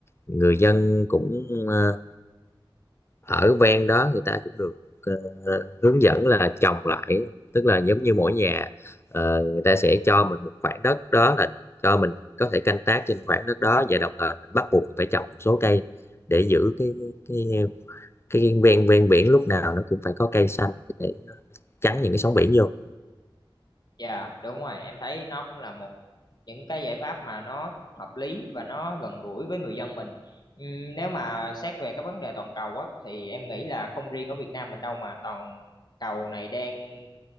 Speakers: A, on the left; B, on the left.
A: người dân cũng ờ, ở ven đó người ta cũng được ờ, hướng dẫn là trồng lại tức là giống như mỗi nhà ờ, người ta sẽ cho mình một khoảng đất đó là cho mình có thể canh tác trên khoảng đất đó và đồng thời mình bắt buộc phải trồng một số cây để giữ cái cái cái ven ven biển lúc nào nó cũng phải có cây xanh để chắn những cái sóng biển vô
B: dạ đúng rồi em thấy nó cũng là một những cái giải pháp mà nó hợp lý và nó gần gũi với người dân mình Ừm, nếu mà xét về cái vấn đề toàn cầu á thì em nghĩ là không riêng ở Việt Nam mình đâu mà toàn cầu này đang